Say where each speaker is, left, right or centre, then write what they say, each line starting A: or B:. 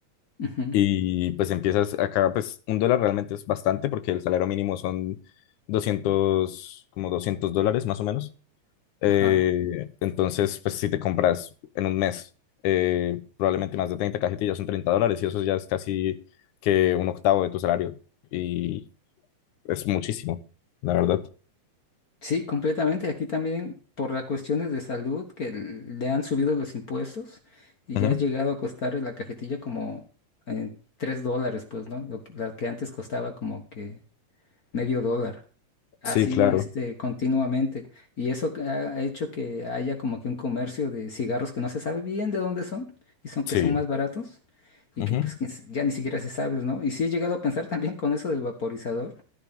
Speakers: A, on the left (about 50°); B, on the left (about 85°).
A: ujú.
B: y pues empiezas acá, pues un dólar realmente es bastante porque el salario mínimo son 200 como 200 dólares más o menos. Eh,
A: Ajá.
B: entonces, pues si te compras en un mes eh, probablemente más de 30 cajetillas son 30 dólares y eso ya es casi que un octavo de tu salario. Y es muchísimo, la verdad.
A: Sí, completamente. Aquí también por las cuestiones de salud que l- le han subido los impuestos y
B: Ujú.
A: ya ha llegado a costar la cajetilla como eh, 3 dólares, pues, ¿no? Lo, que- la que antes costaba como que medio dólar, así
B: Sí, claro.
A: este, continuamente. Y eso que ha ha hecho que haya como que un comercio de cigarros que no se sabe bien de dónde son y son que
B: Sí.
A: son más baratos y
B: Ujú.
A: que pues quién s- ya ni siquiera se sabe, ¿no? Y sí he llegado a pensar también con eso del vaporizador.